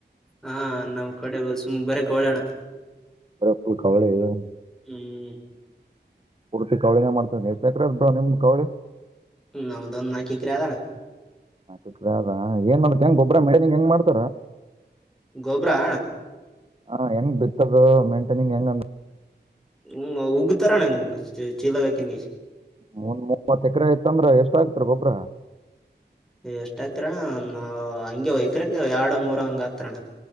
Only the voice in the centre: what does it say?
ಹಾಂ ನಮ್ ಕಡೆ ಬ ಸುಮ್ ಬರೆ ಕವಳಿ ಅಣ್ಣಾ.
ಹ್ಮ್
ನಮ್ದೊಂದ್ ನಾಕ್ ಎಕ್ರೆ ಅದಣ್ಣ.
ಗೊಬ್ರಾ
ಹ್ಮ್ ಉಗತಾರಣ್ಣ ಚೀಲಗ ಹಾಕ್ಯಂಡಿ.
ಎಷ್ಟ್ ಹಾಕ್ತಾರಣ್ಣ ನಾವ್ ಹಂಗೆ ಎಕ್ರೆಗೆ ಎರಡು ಮೂರು ಹಂಗ್ ಹಾಕ್ತಾರಣ್ಣ.